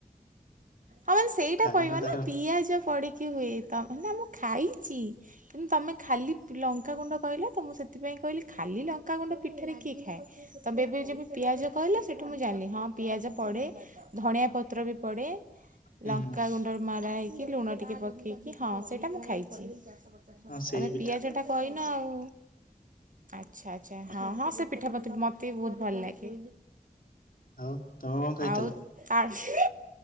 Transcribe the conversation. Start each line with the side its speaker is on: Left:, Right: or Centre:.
Right: ହଁ ମାନେ ସେଇଟା
Left: ଖାଇନ
Right: କହିବ
Left: ତା
Right: ନା ପିଆଜ ପଡ଼ିକି ହୁଏ, ତମେ ନା ମୁଁ ଖାଇଛି। କିନ୍ତୁ ତମେ ଖାଲି ଲଙ୍କାଗୁଣ୍ଡ କହିଲ ତ ମୁଁ ସେଥିପାଇଁ କହିଲି ଖାଲି ଲଙ୍କାଗୁଣ୍ଡ ପିଠାରେ କିଏ ଖାଏ? ତବେ ଏବେ ଯେବେ ପିଆଜ କହିଲ ସେଠୁ ମୁଁ ଜାଣିଲି। ହଁ ପିଆଜ ପଡ଼େ, ଧଣିଆ ପତ୍ର ବି ପଡ଼େ।
Left: ହୁଁ
Right: ଲଙ୍କା ଗୁଣ୍ଡରୁ ମରା ହେଇକି ଲୁଣ ଟିକେ ପକେଇକି ହଁ ସେଇଟା ମୁଁ ଖାଇଛି। <unintelligible>
Left: ହଁ ସେଇ
Right: ତମେ
Left: ପିଠା
Right: ପିଆଜଟା କହିନ ଆଉ। ଆଚ୍ଛା ଆଚ୍ଛା, ହଁ ହଁ ସେ ପିଠାପତି ମତେ ବହୁତ ଭଲ ଲାଗେ।
Left: ଆଉ ତମେ କଣ ଖାଇଥିଲ?
Right: ଆଉ ଆଛି୍,